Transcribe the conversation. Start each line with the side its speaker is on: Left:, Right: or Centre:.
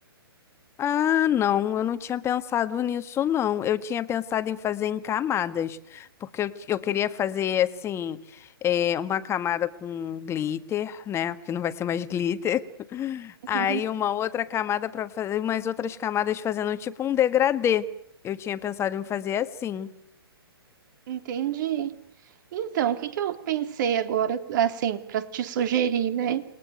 Left: Ah, não, eu não tinha pensado nisso, não. Eu tinha pensado em fazer em camadas, porque eu, eu queria fazer, assim, eh, uma camada com glitter, né? Que não vai ser mais glitter. <laughs>
Right: <laughs>
Left: Aí uma outra camada para fazer, umas outras camadas fazendo tipo um degradê. Eu tinha pensado em fazer assim.
Right: Entendi. Então, o que que eu pensei agora, assim, para te sugerir, né?